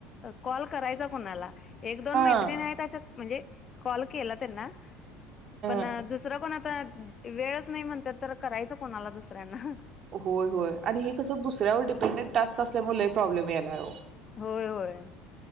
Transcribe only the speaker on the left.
कॉल करायचा कुणाला? एक दोन
मैत्रिणी आहेत असात म्हणजे कॉल केला त्यांना पण
दुसरं कोण आता वेळच नाही म्हणत्यात तर करायचं कोणाला दु ऱ्या ना
होय होय.